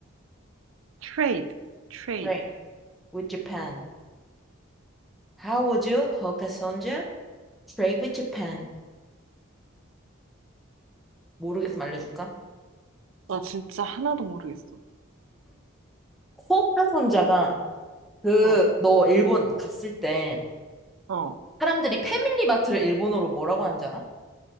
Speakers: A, on the right (about 75°); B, in the centre.
A: 트레이드, 트레이드.
B: Train with Japan. How would you 호카손자 trade with Japan? 모르겠으면 알려줄까?
A: 나 진짜 하나도 모르겠어.
B: 호카손자가 그
A: 어,
B: 너 일본 갔을 때
A: 어.
B: 사람들이 패밀리 마트를 일본어로 뭐라고 하는 줄 알아?